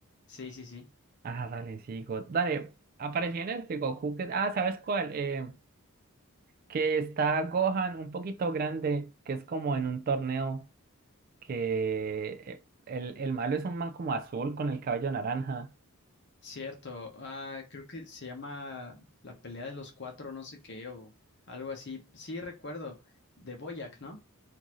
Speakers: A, on the left (about 50°); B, on the right (about 40°).
A: Sí, sí, sí.
B: Ah, dale, sí, Go- dale, apariciones en este Goku que... Ah, ¿sabes cuál? Eh, que está Gohan un poquito grande, que es como en un torneo, que eh, el, el malo es un man como azul con el cabello naranja.
A: Cierto. Ah, creo que se llama la pelea de los cuatro, no sé qué, o algo así. Sí, recuerdo, de Boyac, ¿no?